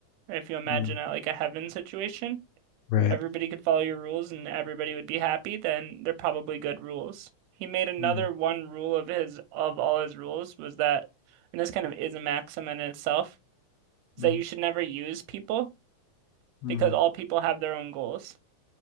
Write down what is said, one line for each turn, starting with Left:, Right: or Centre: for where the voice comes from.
Right: if you imagine
Left: Mm.
Right: it like a heaven situation,
Left: Right.
Right: if everybody could follow your rules and everybody would be happy, then they're probably good rules. He made another
Left: Mm.
Right: one rule of his of all his rules was that, and this kind of is a maxim in itself, is
Left: Mm.
Right: that you should never use people
Left: Mm.
Right: because all people have their own goals.